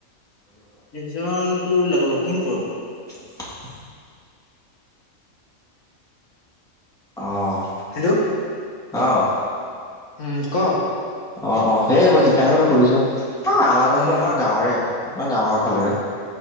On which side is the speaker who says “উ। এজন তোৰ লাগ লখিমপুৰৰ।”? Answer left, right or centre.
Left